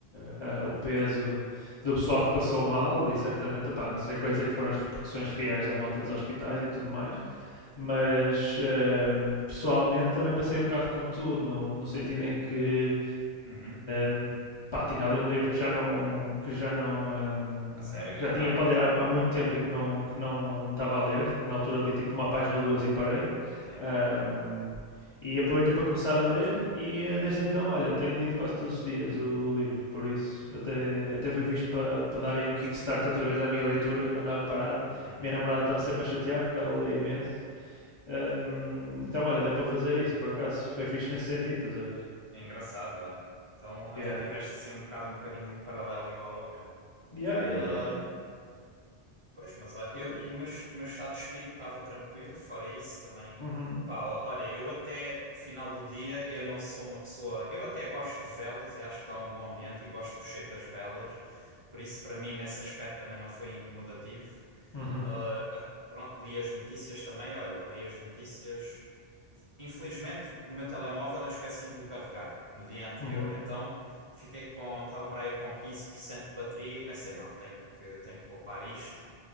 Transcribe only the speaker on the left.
ah, ah, o peso do pessoal que passou mal, e certamente, opa, não sei quais é que foram as repercussões reais da malta nos hospitais e tudo mais, mas ahm, pessoalmente também passei um bocado como tu, no, no sentido em que
um, pá, tinha ali um livro que já não que já não um,
que
já tinha para ler há, há, muito tempo e que não que não estava a ler. Na altura li tipo uma página ou duas e parei.
Um, e aproveitei para começar a ler e eh, desde então, olha, tenho lido quase todos os dias o, o livro, por isso até, até foi fixe para, para dar aí um kickstart outra vez à minha leitura, que eu andava parado.
Minha namorada estava sempre a chatear porque ela lê imenso. Um, então, olha, deu para fazer isso, por acaso, foi fixe nesse sentido, estás a ver?
Yeah.
Yeah, yeah,
yeah.
Foi
fixe.
Uhum,
uhum,
uhum,